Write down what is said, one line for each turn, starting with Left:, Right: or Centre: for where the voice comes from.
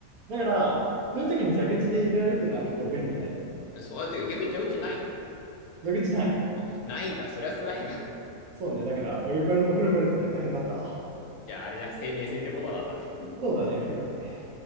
Right: だから、そういう時に蛇口で入れられるっていうのは結構便利だね。
Left: ん。そうやって逆に蛇口ないの
Right: 蛇口ない。
Left: あ、ないんだ。そりゃ辛いわ。
Right: そうね、だから、お湯これ、お風呂これた時は大変だったわ。
Left: じゃああれじゃ、生命線ってことなんだね。
Right: そうだね、風呂ね。